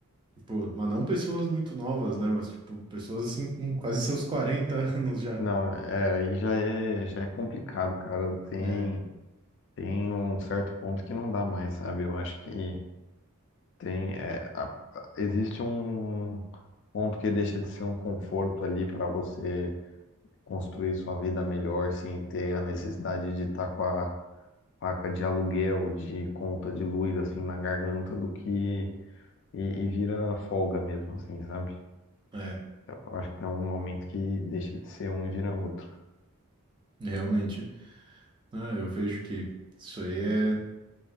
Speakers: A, on the right (about 20°); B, on the left (about 55°).
A: Tipo, mas não pessoas muito novas, né? Mas, tipo, pessoas, assim, com quase seus 40 <laughs> anos já,
B: Não, é, aí já é, já é complicado, cara. Tem,
A: né?
B: tem um certo ponto que não dá mais, sabe? Eu acho que tem, é, a- existe um ponto que deixa de ser um conforto ali para você construir sua vida melhor sem ter a necessidade de estar com a faca de aluguel, de conta de luz, assim, na garganta do que. E, e vira folga mesmo, assim, sabe?
A: É,
B: Eu acho que tem um momento que deixa de ser um e vira outro.
A: realmente. Ah, eu vejo que isso aí é,